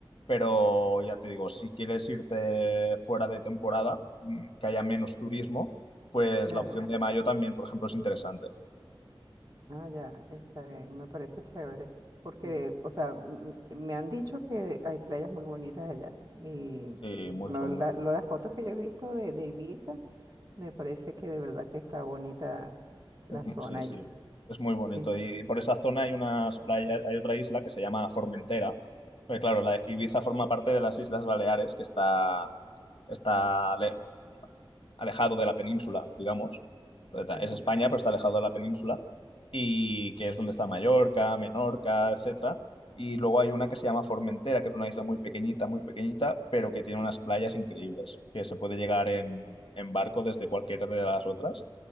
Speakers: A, on the left; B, on the right.
A: Pero ya te digo, si quieres irte fuera de temporada, mm, que haya menos turismo, pues
B: Claro.
A: la opción de mayo también, por ejemplo, es interesante.
B: Ah, ya, está bien, me parece chévere. Porque,
A: Sí, mucho
B: o sea, m- m- me han dicho que hay playas muy bonitas allá. Y,
A: Sí,
B: y bueno,
A: mucho, mucho.
B: la- lo- las fotos que yo he visto de, de Ibiza, me parece que de verdad que está bonita la
A: Es mu-
B: zona
A: sí,
B: allí.
A: sí, es muy bonito.
B: En-
A: Y por esa zona hay unas playas, hay otra isla que se llama Formentera. Pero claro, la Ibiza forma parte de las Islas Baleares, que está está ale- alejado de la península, digamos.
B: ajá,
A: Es España, pero está alejado de la península. Y que es donde está Mallorca, Menorca, etcétera. Y luego hay una que se llama Formentera, que es una isla muy pequeñita, muy pequeñita, pero que tiene unas playas increíbles, que se puede llegar en, en barco desde cualquiera de las otras.